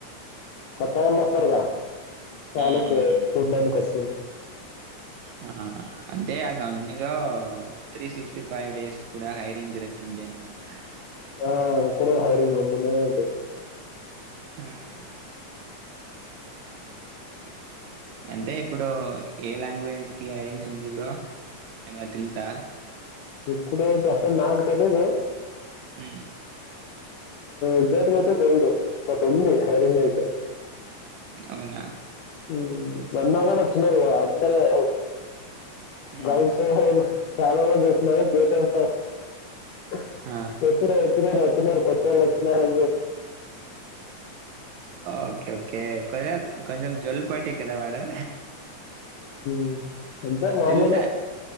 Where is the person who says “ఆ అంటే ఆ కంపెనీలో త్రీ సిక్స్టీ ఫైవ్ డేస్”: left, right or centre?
Right